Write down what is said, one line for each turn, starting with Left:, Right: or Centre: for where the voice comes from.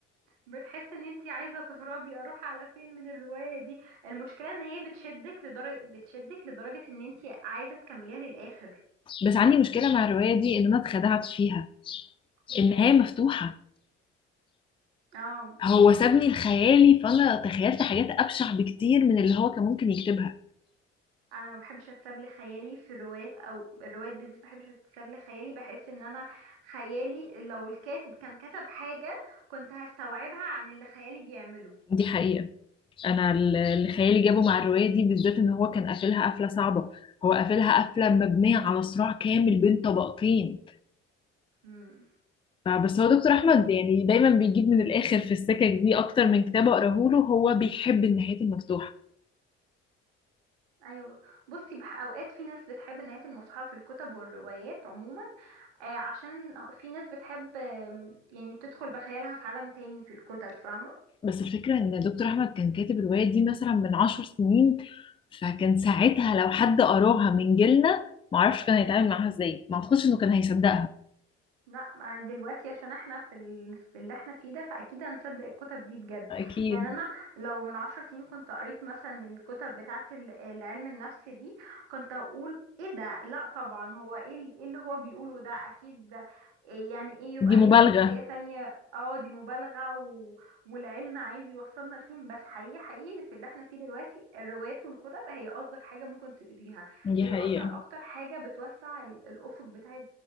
Right: بتحس ان انتي عايزة تهربي اروح على فين من الرواية دي المشكلة ان هي بتشدك لدرجة بتشدك لدرجة ان انتي عايزة تكمليها للآخر
Left: بس عندي مشكلة مع الرواية دي ان انا اتخدعت فيها
Right: ازاي؟
Left: النهاية مفتوحة
Right: اه
Left: هو سابني لخيالي فانا تخيلت حاجات ابشع بكتير من اللي هو كان ممكن يكتبها
Right: انا ما بحبش اتساب لخيالي في الروايات او الروايات بالذات ما بحبش اتساب لخيالي بحس ان انا خيالي لو الكاتب كان كتب حاجة كنت هستوعبها عن اللي خيالي بيعمله
Left: دي حقيقة انا ال- اللي خيالي جابه مع الرواية دي بالذات ان هو كان قافلها قفلة صعبة هو قافلها قفلة مبنية على صراع كامل بين طبقتين
Right: امم
Left: فبس هو دكتور احمد يعني دايما بيجيب من الاخر في السكك دي اكتر من كتاب اقراه له هو بيحب النهايات المفتوحة
Right: ايوه بصي بح اوقات في ناس بتحب نهايه المصحف في الكتب والروايات عموما آه عشان في ناس بتحب آم، يعني تدخل بخيالها في عالم تاني في الكتب فاهمه
Left: بس الفكرة ان دكتور احمد كان كاتب الرواية دي مثلا من عشر سنين فكان ساعتها لو حد قراها من جيلنا معرفش كان هيتعامل معاها ازاي ما اعتقدش انه كان هيصدقها
Right: لا ما دلوقتي عشان احنا في, ال... في اللي احنا فيه ده فاكيد هنصدق الكتب دي بجد
Left: أكيد
Right: يعني انا لو من عشر سنين كنت قريت مثلا الكتب بتاعه ال- العلم النفس دي كنت هقول ايه ده لا طبعا هو ايه ال- إيه اللي هو بيقوله ده اكيد ده إيه يعني ايه يبقى
Left: دي مبالغة
Right: ليه شخصية تانية اه دي مبالغة و... والعلم عايز يوصلنا لفين بس حقيقي حقيقي في اللي احنا فيه دلوقتي الروايات والكتب هي قصدك حاجة ممكن تقريها
Left: دي
Right: هي
Left: حقيقة
Right: اصلا اكتر حاجة بتوسع ال- الافق بتاع